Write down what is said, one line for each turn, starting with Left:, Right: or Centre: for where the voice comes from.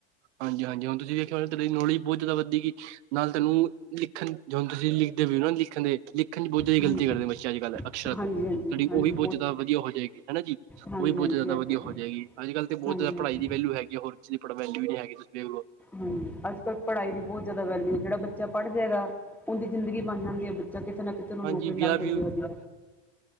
Right: ਹਾਂਜੀ- ਹਾਂਜੀ ਹੁਣ ਤੁਸੀਂ ਵੇਖਿਆ ਹੋ ਤੇਰੇ ਨੌਲੇਜ ਬਹੁਤ ਜ਼ਿਆਦਾ ਵੱਧੇਗੀ। ਨਾਲ ਤੈਨੂੰ ਲਿਖਣ ਜਦੋਂ ਤੁਸੀਂ ਲਿਖਦੇ ਵੀ ਹੋ ਨਾ ਲਿਖਣ ਦੇ, ਲਿਖਣ 'ਚ ਬਹੁਤ ਜ਼ਿਆਦਾ
Centre: ਹਾਂਜੀ
Right: ਗਲਤੀ ਕਰਦੇ ਬੱਚੇ ਅੱਜ- ਕੱਲ੍ਹ ਅਕਸ਼ਰ ਤੁਹਾਡੀ
Centre: ਹਾਂਜੀ ਹਾਂਜੀ ਹਾਂਜੀ
Right: ਉਹ ਵੀ ਬਹੁਤ ਜ਼ਿਆਦਾ ਵਧੀਆ ਹੋ ਜਾਏਗੀ, ਹਨਾ ਜੀ। ਉਹ
Centre: ਹਾਂਜੀ
Right: ਵੀ ਬਹੁਤ
Centre: ਹਾਂਜੀ
Right: ਜ਼ਿਆਦਾ
Centre: ਇਹ
Right: ਵਧੀਆ
Centre: ਤੇ ਹੈ
Right: ਹੋਜੇਗੀ ਅੱਜ-ਕੱਲ੍ਹ ਬਹੁ
Centre: ਹਾਂਜੀ
Right: ਜ਼ਿਆਦਾ
Centre: ਹਾਂਜੀ
Right: ਪੜ੍ਹਾਈ ਦੀ ਵੈਲਯੂ ਹੈਗੀ ਆ ਹੋਰ ਚੀਜ਼ ਪੜ ਵੈਲਯੂ ਵੀ ਨਹੀਂ ਹੈ ਤੁਸੀ ਵਖਲੋ।
Centre: ਹਾਂਜੀ ਅੱਜ -ਕੱਲ੍ਹ ਪੜ੍ਹਾਈ ਦੀ ਬਹੁਤ ਜਿਆਦਾ ਵੈਲਯੂ ਜਿਹੜਾ ਬੱਚਾ ਪੜ੍ਹ ਜੇਗਾ। ਉਹਦੀ ਜ਼ਿੰਦਗੀ ਬਣ ਜਾਂਦੀ ਹੈ ਬੱਚਾ ਕਿਤੇ ਨਾ ਕਿਤੇ ਉਹਨੂੰ
Right: ਹਾਂਜੀ
Centre: ਨੌਕਰੀ
Right: ਵਿਆਹ
Centre: ਲੱਗ
Right: ਵੀ
Centre: ਜਾਂਦੀ ਵਧੀਆ।